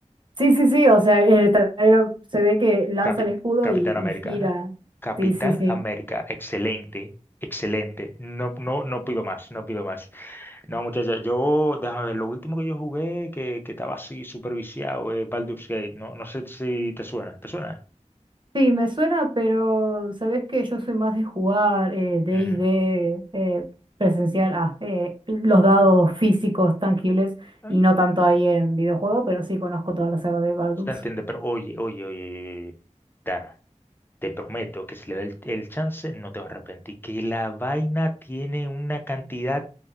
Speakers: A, on the right; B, on the left.
A: sí, sí, sí, o sea, en el trailer se ve que lanza
B: Capi-
A: el escudo
B: Capitán
A: y, y
B: América.
A: gira.
B: Capitán
A: Sí, sí, sí.
B: América, excelente, excelente. No, no, no pido más, no pido más. No, muchachos, yo, déjame ver, lo último que yo jugué que, que estaba así superviciado es Baldur's Gate, ¿no? No sé si te suena, ¿te suena?
A: Sí, me suena, pero sabes que yo soy más de jugar eh, D&D
B: Ujú.
A: eh, presencial, ah, eh, los dados físicos tangibles
B: Mm,
A: y no tanto ahí en videojuego, pero sí conozco toda la saga de Baldur's.
B: Se entiende, pero oye, oye, oye, oye, oye, Dana, Te prometo que si le da el, el chance, no te vas a arrepentir. Que la vaina tiene una cantidad